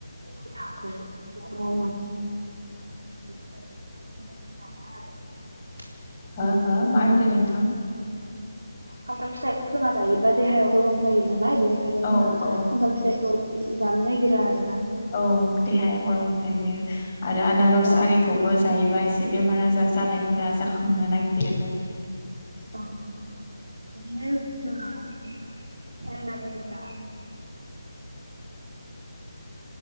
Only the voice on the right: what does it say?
देहाखौ गरम मोनो <unintelligible>
खान्थाल फिथाइखौ जोंहा जायोब्ला देहाया गरम जायो नालाय बेनिखायनो
जोंहा
खान्थाल फिथाइखौ जानो नागिरा आरो ना।
औ
औ औ बिदिनो जोंहा <unintelligible> बुंला